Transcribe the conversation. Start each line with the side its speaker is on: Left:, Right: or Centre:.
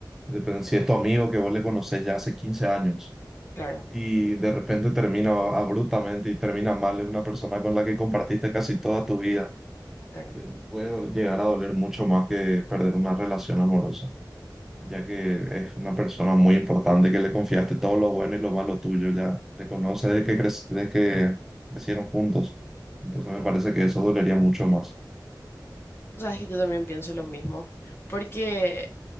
Centre: Depende si es tu amigo que vos le conocés ya hace 15 años.
Left: claro,
Centre: y de repente termina abruptamente y termina mal. Es una persona con la que compartiste casi toda tu vida.
Left: claro.
Centre: Te puede llegar a doler mucho más que perder una relación amorosa, ya que es una persona muy importante que le confiaste todo lo bueno y lo malo tuyo. Ya te conoce desde que, cre- desde que crecieron juntos. Entonces me
Left: Sí.
Centre: parece que eso dolería mucho más.
Left: O sea, es que yo también pienso lo mismo, porque...